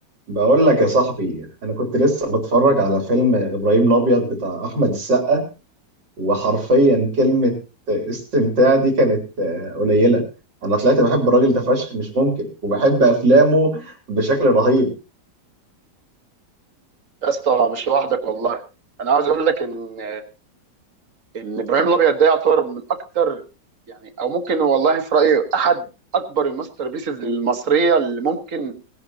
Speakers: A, on the right; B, on the right.
A: بقول لك يا صاحبي انا كنت لسه بتفرج على فيلم ابراهيم الابيض بتاع احمد السقا وحرفيا كلمة استمتاع دي كانت آه، قليلة انا طلعت بحب الراجل ده فشخ مش ممكن وبحب افلامه بشكل رهيب
B: يا اسطى مش لوحدك والله انا عاوز اقول لك ان ان ابراهيم الابيض ده يعتبر من اكتر يعني او ممكن والله في رايي احد اكبر الماستر بيسز المصريه اللي ممكن